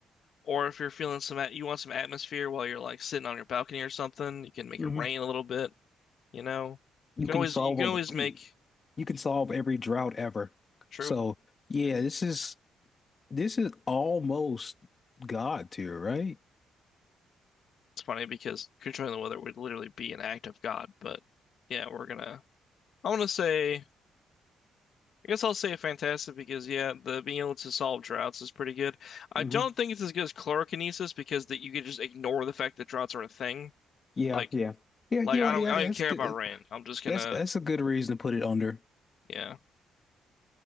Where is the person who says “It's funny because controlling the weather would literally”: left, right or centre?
Left